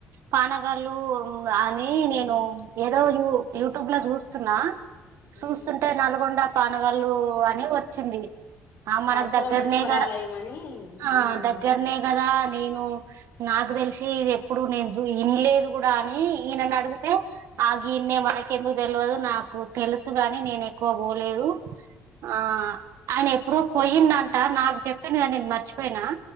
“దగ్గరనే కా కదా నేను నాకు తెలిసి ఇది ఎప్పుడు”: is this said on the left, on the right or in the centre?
Right